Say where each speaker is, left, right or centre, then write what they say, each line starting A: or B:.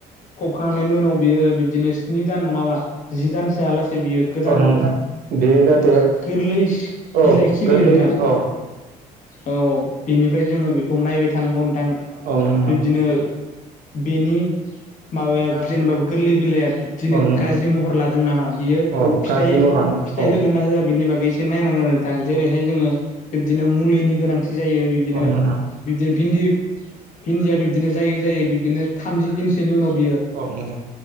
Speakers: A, on the left; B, on the right.
A: फबखांनायनि उनाव बियो बिब्दिनो स्नि दान नङाबा जि दानसोआ लासे बियो गोदान
B: औ नोंथां बे जाहाथे
A: गोरलै
B: औ
A: बिलाइ खिलियो
B: गोरलै
A: नोंथां।
B: औ
A: औ औ बिनिफ्राय जोङो बेखौ नायबाय थानांगौ नोंथां
B: औ नोंथां
A: बिब्दिनो बेनि माबाया
B: औ
A: जेनेबा गोरलै बिलाइया बिदिनो
B: नोंथां
A: गाज्रि महर लादों नामा बियो
B: अ
A: फिथाइ
B: गाज्रि मावलाङो
A: फिथाइ
B: औ
A: होगोन ना होआ बिनि बागै इसे नायनांगोन नोंथां जेरैहाय जोङो बिबदिनो मुलिनि गोनांथि जायो बिब्दिनो
B: नोंथां
A: बिब्दिनो भिन्दि भिन्दिया बिब्दिनो जायै जायै बिब्दिनो थामजि दिनसोनि उनाव बियो
B: औ नोंथां।